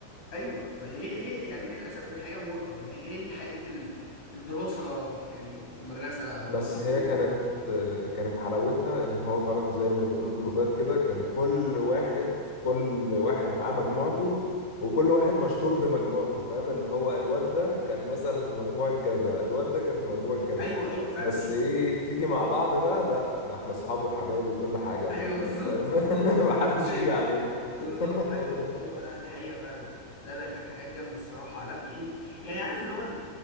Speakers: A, on the left; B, on the left.
A: ايوه فهي هي يعني هي للاسف الحقيقه مره ما هي هي دي حقيقه ال- الدراسه يعني في المدرسه او
B: بس
A: دراسه في
B: هي
A: الجامعه
B: كانت كانت حلاوتها ان هو فعلا زي ما بتقول جروبات كده كان كل واحد كل واحد معاه مجموعته وكل واحد مشهور بمجموعته فاهم اللي هو الواد ده كان مثلا في مجموعة كذا الواد ده كان في مجموعة كذا
A: ايوه ايوه فعلا
B: بس
A: ايوه
B: ايه تيجي مع بعض بقى لا ده احنا اصحاب وحبايب وكل حاجة
A: ايوه
B: ما
A: بالظبط
B: فاهم
A: بالظبط التنافسيه
B: <laughs> محدش يجي علينا
A: بالظبط
B: <laughs>
A: ايوه ايوه لا دي حقيقه فعلا لا لا كانت حاجات جامده الصراحه لا يعني يعني عارف اللي هو